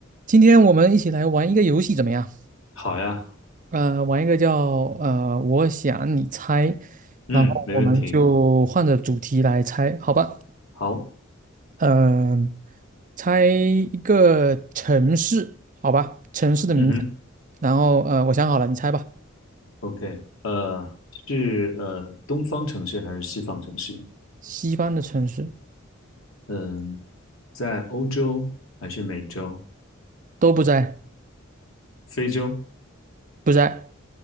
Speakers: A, on the right; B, on the left.
A: 今天我们一起来玩一个游戏怎么样？
B: 好呀，
A: 呃，玩一个叫呃，我想你猜，
B: 嗯，
A: 然后我们就换着主题来猜，
B: 没问题。
A: 好吧？
B: 好，
A: 嗯、猜一个城市，好吧？城市的名字，
B: 嗯哼
A: 然后呃，我想好了，你猜吧。
B: ，OK，呃，是呃东方城市还是西方城市？
A: 西方的城市
B: 嗯，在欧洲还是美洲、
A: 都不在，
B: 非洲？
A: 不在。